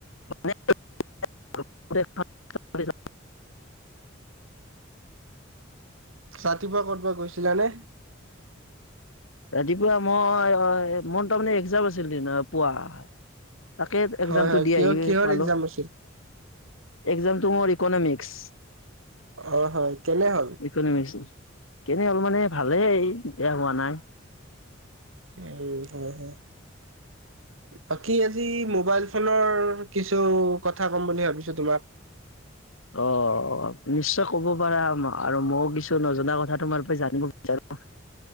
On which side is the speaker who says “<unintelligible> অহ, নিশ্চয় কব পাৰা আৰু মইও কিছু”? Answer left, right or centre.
Left